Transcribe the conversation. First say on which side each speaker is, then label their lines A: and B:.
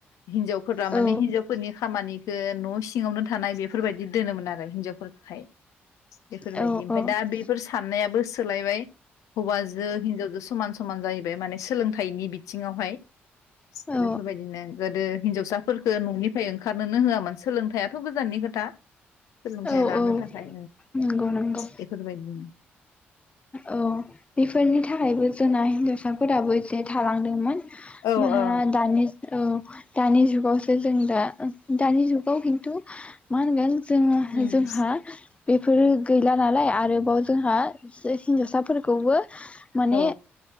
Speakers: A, on the left; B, on the left.
A: हिनजावफोरा
B: औ
A: माने हिनजावफोरनि खामानि ओ न' सिङावनो थानाय बेफोरबायदि दोनोमोन आरो हिनजाव फोरखोहाय बेफोरबायदि
B: औ
A: ओमफाय
B: औ
A: दा बेफोर नायाबो सोलायबाय हौवाजों हिनजावजों समान समान जाहैबाय माने सोलोंथाइनि बि थिङावहाय
B: औ
A: बेफोरबायदिनो गोदो हिनजावसाफोरफोरखौ न'निफ्राय ओंखारनोनो होआमोन सोलोंथाइया थ' गोजाननि खोथा सोलोंथाइ
B: औ
A: लानो
B: औ
A: थाखाय
B: नंगौ नंगौ
A: बेफोरबायदिनो
B: औ बेफोरनि थाखायबो जोंना होनजावसा साफोराबो एसे थालांदोंमोन
A: औ
B: माहा
A: औ
B: दानि ओ दानि जुगावसो जों दा दानि जुगाव खिन्थु मा होनगोन जों
A: उम
B: जोंहा बेफोरो गैला नालाय आरोबाव जोंहा हिनजावसाफोरखौबो माने
A: औ